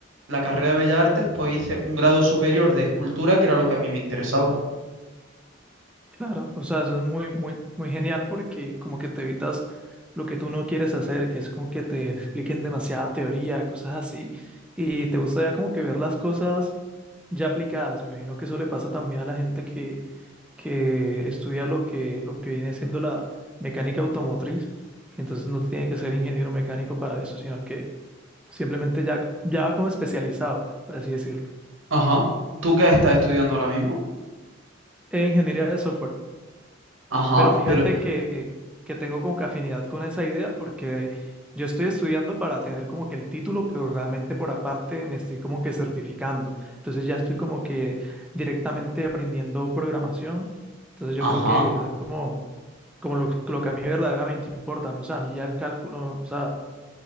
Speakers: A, on the right; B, in the centre.
A: la carrera de Bellas Artes, pues hice un grado superior de escultura, que era lo que a mí me interesaba.
B: Claro, o sea, eso es muy, muy, muy genial porque como que te evitas lo que tú no quieres hacer, que es como que te expliquen demasiada teoría, cosas así, y te gusta ya como que ver las cosas ya aplicadas. Me imagino que eso le pasa también a la gente que, que estudia lo que, lo que viene siendo la mecánica automotriz, entonces no tiene que ser ingeniero mecánico para eso, sino que simplemente ya, ya va como especializado, por así decirlo,
A: Ajá. ¿Tú qué estás estudiando ahora mismo?
B: en ingeniería de software.
A: Ajá,
B: Pero fíjate
A: pero...
B: que, que tengo como que afinidad con esa idea porque yo estoy estudiando para tener como que el título, pero realmente por aparte me estoy como que certificando. Entonces ya estoy como que directamente aprendiendo programación. Entonces yo creo
A: Ajá.
B: que eso es como, como lo, que- lo que a mí verdaderamente importa. O sea, a mí ya el cálculo, o sea,